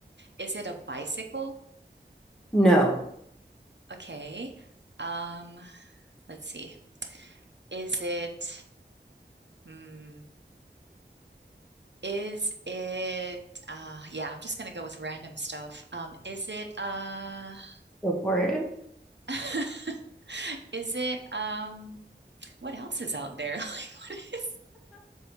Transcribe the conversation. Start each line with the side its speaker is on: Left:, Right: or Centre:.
Right: Is it a bicycle?
Centre: no,
Right: Okay. Um, let's see. Is it hmm. Is it uh yeah, I'm just gonna go with random stuff. Um, is it uh
Centre: Go for it.
Right: <laughs> is it um what else is out there? <laughs> Like